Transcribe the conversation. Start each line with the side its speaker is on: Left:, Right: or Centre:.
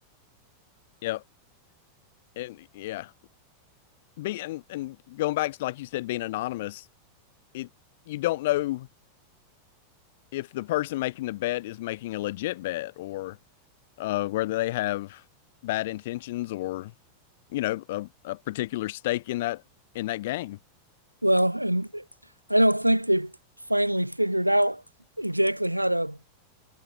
Left: Yep. And yeah, be and, and going back to like you said, being anonymous, it you don't know if the person making the bet is making a legit bet or uh, whether they have bad intentions or you know a, a particular stake in that in that game.
Right: Well, and I don't think they've finally figured out exactly how to